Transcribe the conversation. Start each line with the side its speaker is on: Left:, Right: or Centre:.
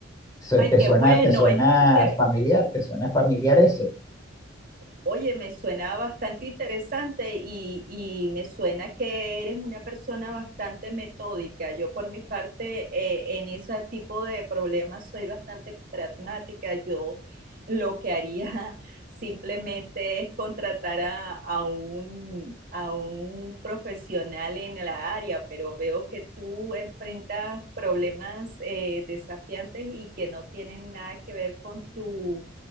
Left: Su-
Right: Ay,
Left: ¿Te
Right: qué
Left: suena,
Right: bueno.
Left: te suena
Right: Y, y qué-
Left: familiar? ¿Te suena familiar eso?
Right: Oye, me suena bastante interesante y, y me suena que eres una persona bastante metódica. Yo por mi parte, eh, en ese tipo de problemas soy bastante pragmática. Yo lo que haría <laughs> simplemente es contratar a, a un, a un profesional en la área, pero veo que tú enfrentas problemas eh, desafiantes y que no tienen nada que ver con tu...